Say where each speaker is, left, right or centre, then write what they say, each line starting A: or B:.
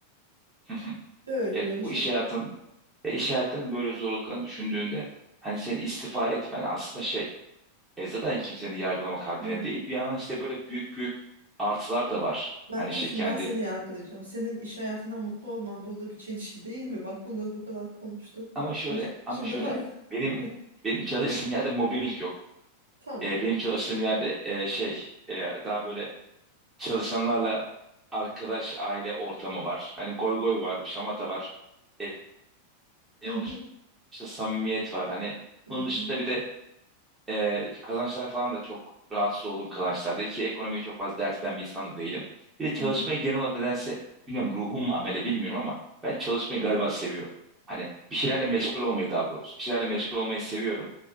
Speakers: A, on the right (about 15°); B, on the right (about 75°).
A: <laughs>
B: Böyle
A: evet
B: böyle
A: o
B: şey.
A: iş hayatın ya iş hayatının böyle zorluklarını düşündüğünde hani seni istifa etmen aslında şey e zaten kimsenin yargılamak haddine
B: Hı.
A: değil bir yandan işte böyle büyük büyük artılar da var.
B: Mert'cim
A: Hani şey
B: şimdi
A: kendi
B: ben seni yargılayacağım. Senin iş hayatından mutlu olman burada bir çelişki değil mi? Bak bunları bu kadar konuştuk.
A: Ama
B: Sen
A: şöyle,
B: ş-
A: ama
B: şimdi
A: şöyle.
B: hala
A: Benim
B: <laughs>
A: benim çalıştığım yerde mobbing yok.
B: tamam.
A: Ee, benim çalıştığım yerde e, şey e, daha böyle çalışanlarla arkadaş aile ortamı var. Hani goy goy var, şamata var. E, e,
B: Hı
A: onun
B: hı,
A: dışında samimiyet var. Hani
B: hı
A: bunun dışında
B: hı,
A: bir de e, kazançlar falan da çok rahatsız olduğum kazançlarda ki ekonomiyi çok fazla dert eden bir insan da değilim. Bir de çalışmayı
B: hı hı.
A: genel olarak nedense bilmiyorum ruhum mu amele bilmiyorum ama ben çalışmayı galiba seviyorum. Hani bir şeylerle meşgul olmayı daha doğrusu. Bir şeylerle meşgul olmayı seviyorum.